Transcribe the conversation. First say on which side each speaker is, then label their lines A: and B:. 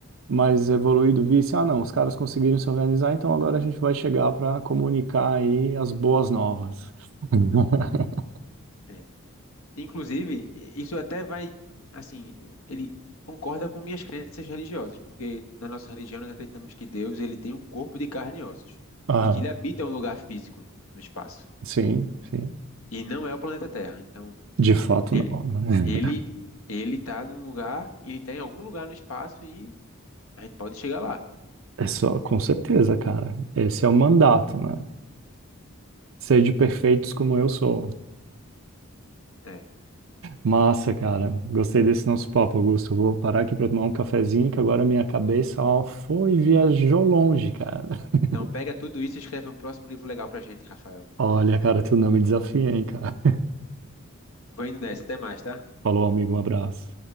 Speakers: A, on the right; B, on the left.
A: mais evoluído visse, ah, não, os caras conseguiram se organizar, então agora a gente vai chegar para comunicar aí as boas novas. <laughs>
B: É. Inclusive, isso até vai, assim, ele concorda com minhas crenças religiosas, porque na nossa religião nós acreditamos que Deus, ele tem um corpo de carne e ossos,
A: Ah,
B: e que ele habita um lugar físico no espaço,
A: sim, sim.
B: e não é o planeta Terra. Então,
A: De fato,
B: ele
A: não. né?
B: ele ele tá num lugar, ele tá em algum lugar no espaço e a gente pode chegar lá,
A: É só, com certeza, cara. Esse é o mandato, né? Ser de perfeitos como eu sou.
B: né?
A: Massa, cara. Gostei desse nosso papo, Augusto. Vou parar aqui pra tomar um cafezinho, que agora minha cabeça, ó, foi e viajou longe, cara. <laughs>
B: Então, pega tudo isso e escreve um próximo livro legal pra gente, Rafael.
A: Olha, cara, tu não me desafia, hein, cara.
B: Vou indo nessa, até mais, tá?
A: Falou, amigo, um abraço.